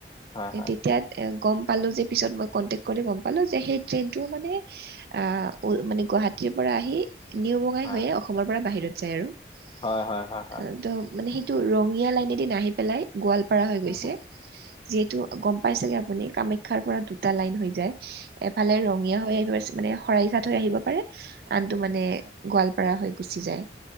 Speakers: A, on the left (about 25°); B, on the right (about 55°).
A: হয় হয়
B: তেতিয়া গম পালোঁ যে, পিছত মই কনটেক্ট কৰি গম পালোঁ যে সেই ট্ৰেইনটো মানে মানে গুৱাহাটীৰ পৰা আহি নিউ বঙাই
A: হয়
B: হৈয়ে অসমৰ পৰা বাহিৰত যায় আৰু। অহ,
A: হয় হয় হয় হয় হয়।
B: ত' মানে সেইটো ৰঙীয়া লাইনে দি নাহি পেলাই গোৱালপাৰা হৈ
A: উম
B: গৈছে, যিহেতু গম পাই চাগে আপুনি কামাখ্যাৰ পৰা দুটা লাইন হৈ যায়, এফালে ৰঙীয়া হৈ আহিব, মানে শৰাই ঘাট হৈ আহিব পাৰে। আনটো মানে গোৱালপাৰা হৈ গুচি যায়।